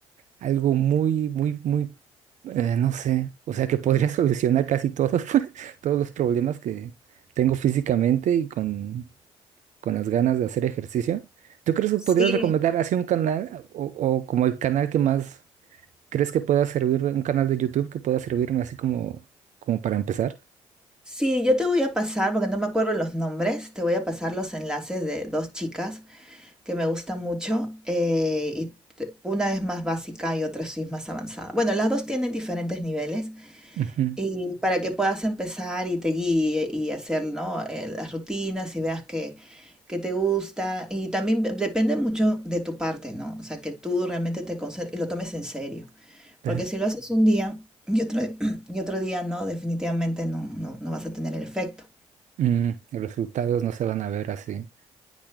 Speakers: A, on the right; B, in the centre.
A: algo muy, muy, muy, eh, no sé, o sea, que podría <laughs> solucionar casi todos, <laughs> pues, todos los problemas que tengo físicamente y con, con las ganas de hacer ejercicio, ¿tú crees que
B: sí,
A: podrías recomendar así un canal o, o como el canal que más crees que pueda servirme, un canal de YouTube que pueda servirme así como, como para empezar?
B: sí, yo te voy a pasar, porque no me acuerdo los nombres, te voy a pasar los enlaces de dos chicas que me gustan mucho. eh, y te- una es más básica y otra sí es más avanzada. Bueno, las dos tienen diferentes niveles,
A: Ujú,
B: Y para que puedas empezar y te guíe y hacer, ¿no? eh, las rutinas y veas que, que te gusta. Y también de- depende mucho de tu parte, ¿no? O sea, que tú realmente te concentres y lo tomes en serio.
A: claro.
B: Porque si lo haces un día y otro, <clears throat> y otro día, no, definitivamente no, no, no vas a tener el efecto.
A: Mm, los resultados no se van a ver así.